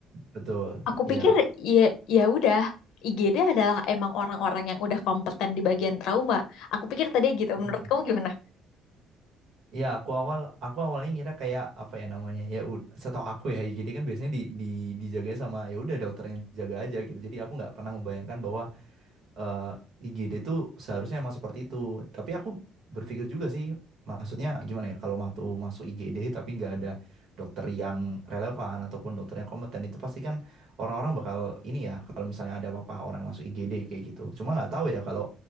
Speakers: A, on the right (about 50°); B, on the left (about 75°).
A: Betul.
B: Aku
A: Iya.
B: pikir ya ya udah IGD adalah emang orang-orang yang udah kompeten di bagian trauma. Aku pikir tadi gitu.
A: Hmm.
B: Menurut kamu gimana?
A: Iya, aku awal aku awalnya ngira kayak apa ya namanya? Ya ud- setahu aku ya, jadi kan biasanya di di dijaga sama ya udah dokter yang jaga aja gitu. Jadi aku nggak pernah membayangkan bahwa eh, IGD tuh seharusnya emang seperti itu. Tapi aku berpikir juga sih, maksudnya gimana ya, kalau mau masuk IGD tapi nggak ada dokter yang relevan ataupun dokter yang kompeten itu pasti kan orang-orang bakal ini ya, kalau misalnya ada apa-apa orang yang masuk IGD kayak gitu. Cuma nggak tahu ya kalau